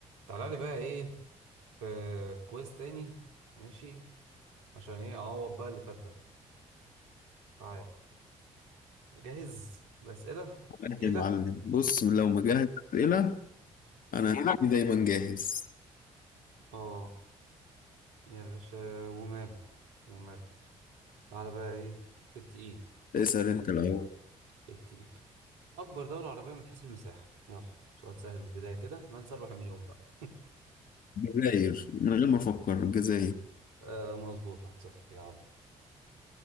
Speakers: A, on the right; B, on the left.
A: تعالى لي بقى ايه في كويس تاني ماشي عشان ايه اعوض بقى اللي فات ده تعالى جاهز بأسئلة
B: ماشي
A: تقيلة
B: يا معلم بص لو مجهز أسئلة أنا أسئلة هتلاقيني دايما جاهز
A: اه يا باشا وماله وماله تعالى بقى ايه في التقيل
B: اسأل أنت الأول
A: التقيل اكبر دولة عربية من حيث المساحة يلا سؤال سهل من البداية كده من سيربح مليون بقى
B: جزاير من غير ما أفكر الجزاير <laughs>
A: آه مظبوط واحد صفر يلا